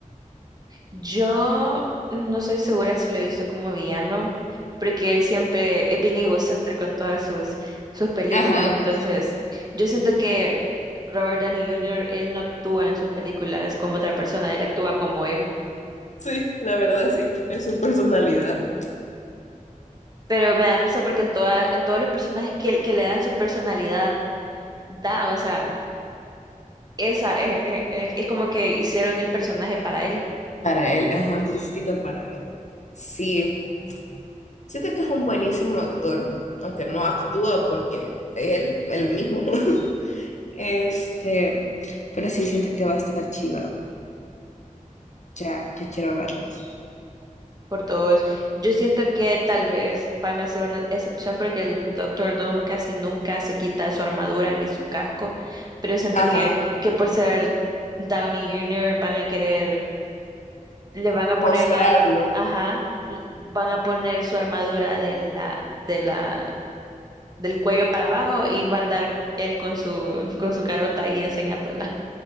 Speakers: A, on the right (about 30°); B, on the left (about 60°).
A: Yo no soy segura si lo he visto como villano, porque él siempre es bien egocéntrico en todas sus, sus películas.
B: Ajá.
A: Entonces, yo siento que Robert Downey Jr., él no actúa en sus películas como otra persona, él actúa como él.
B: Sí, la verdad sí. Es su personalidad.
A: Pero me da risa porque en toda, en todos los personajes que, él que le dan su personalidad, da, o sea, esa es, es- es- es como que hicieron el personaje para él.
B: Para él, ajá, justito para él. Sí. Siento que es un buenísimo actor, aunque no actúa porque es él, él mismo. <laughs> Este, pero sí siento que va a estar chiva. Ya, ya quiero verlas.
A: por dos. Yo siento que tal vez van a ser una excepción porque el Doctor Doom casi nunca se quita su armadura ni su casco, pero siento
B: Ajá,
A: que, que por ser Downey Jr. van a querer, le van a poner
B: mostrarlo.
A: la, ajá, l- van a poner su armadura de la, de la, del cuello para abajo y va a andar él con su, con su carota ahí enseñándola.